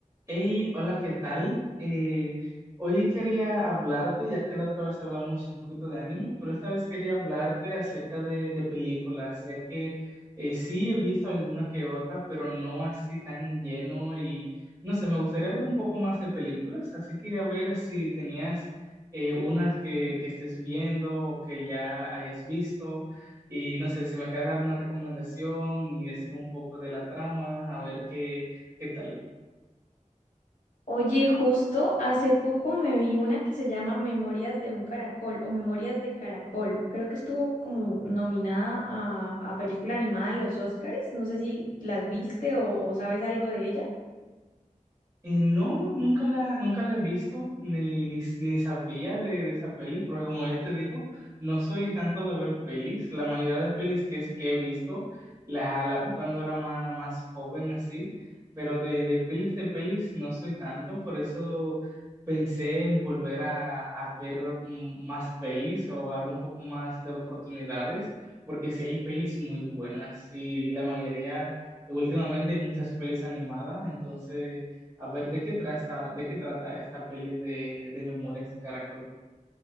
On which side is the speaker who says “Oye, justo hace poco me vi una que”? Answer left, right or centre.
Left